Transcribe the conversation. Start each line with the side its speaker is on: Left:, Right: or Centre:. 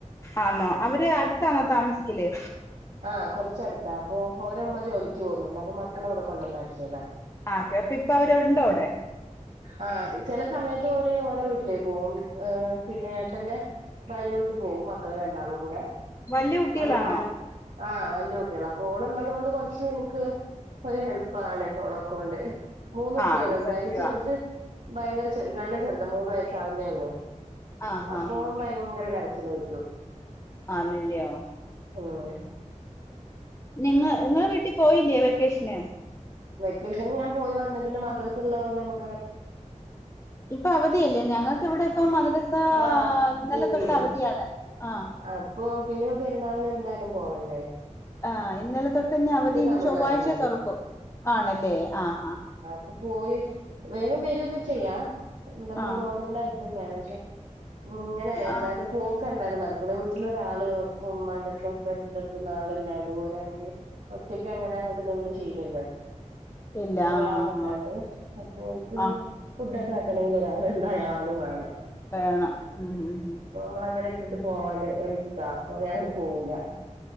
Left: ആന്നോ അവര് അടുത്താണോ താമസിക്കല്
Right: ആഹ് കൊറച്ചട്ത്താ അപ്പോ ഓരെമ്മ ജോലിക്ക്യ് പോവ്ന്ന്ണ്ട് അപ്പൊ മക്കളെവെടെ കൊണ്ടന്നാക്ക്യെതാ
Left: ആഹ് ഓക്കെ അപ്പ ഇപ്പവെര് ഉണ്ടോവ്ടെ
Right: ആഹ് ചെലെ സമയെത്ത് ഓര് ഓരെ വീട്ട്ലേക്ക് പോവും ഏഹ് പിന്നെ ഏട്ടെന്റെ ഭാര്യ വീട്ട് പോവും മക്കള് രണ്ടാളും കൂടെ
Left: വല്യ കുട്ടികളാണോ
Right: ഓരെ ഉമ്മാ ആഹ് വല്യ കുട്ട്യാളാ അപ്പോള്‌ള്ളെത് കൊണ്ട് കാെർച്ച് ഇൻക്ക് ഒര് ഹെൽപ്പാണ് ഓളാെക്കോണ്ട് മൂന്ന് കുട്ട്യേള്ണ്ട്
Left: ആഹ് അത് സത്യവാ
Right: അയ്ല് ചെർ ത് ഭയങ്കര ചെ നല്ല ചെർതാ മൂന്ന് വയസ്സാവുന്നേ ഒള്ളൂ
Left: ആഹ് ഹാ
Right: അപ്പൊ
Left: ഹാ
Right: ഓൻ ഭയ്ങ്കെര കരച്ചിലേയ്ക്ക്യും
Left: ആഹ് നിന്ന്യോ
Right: ഊം
Left: നിങ്ങ ഇങ്ങെള് വീട്ടി പോയില്ല്യേ വെക്കേഷ്ന്
Right: വെക്കേഷൻന് ഞാൻ പോയി വന്ന് പിന്നെ മദ്രസ്ള്ളെത് കൊണ്ട് അമ്
Left: ഇപ്പം അവധിയെല്ലേ ഞങ്ങക്ക്വ്ടെ ഇപ്പം മദ്രസാ
Right: ആഹ്
Left: ഇന്നലെ
Right: പൂട്ടിയില്ലേ
Left: തൊട്ട് അവധിയാണ് ആഹ്
Right: അപ്പൊ പിന്നെപ്പാെ പെര്ന്നാൾന് എന്തായാലും പോവെണ്ടേ
Left: ആഹ് ഇന്നലെ തൊട്ട്ഞ്ഞവധി ഇനി
Right: തമിഴ്നാട്ടിലാണ്
Left: ചൊവ്വാഴ്ച്ചേ തൊറക്കു ആണല്ലേ ആഹ് ഹാഹ്
Right: അപ്പൊ പോയി വേഗം വെരൊക്കെ ചെയ്യാ ടമ്മെ
Left: ആഹ് ആഹ്
Right: ബോർഡെർന്റെ അട്ത്തെന്നേണ് ക്ഷേ ഇങ്ങെനെ എന്തായാലും
Left: ആഹ്
Right: പോക്ക് എന്തായാലും നട ക്കൂലാ വീട്ട്ലൊരാള് ഉമ്മാന്റെട്ത്തും ഹസ്ബെന്റിന്റെട്ത്തൊന്നും ആള്ല്ലാണ്ട് പോരാണെങ്കി ഒറ്റക്ക്യങ്ങനെ അങ്ങെട്ട് ന്‌ന്ന് ശീലല്ലാേൽക്ക്
Left: ഇല്ല
Right: ഒരാള്ല്ലാണ്ട്
Left: ആഹ് ആഹ്
Right: അപ്പോൽക്ക്
Left: ആഹ്
Right: ഫുഡ്ഡാെക്കെ ആക്കെണെങ്കി ഒരാള് എന്തായാലും വേണം
Left: വേണം ഉം ഉം
Right: നമ്മളങ്ങെനെ ഇട്ടിട്ട് പോവാല് റിസ്ക്കാ അപ്പൊ ഞാൻ <unintelligible> പോവൂലാ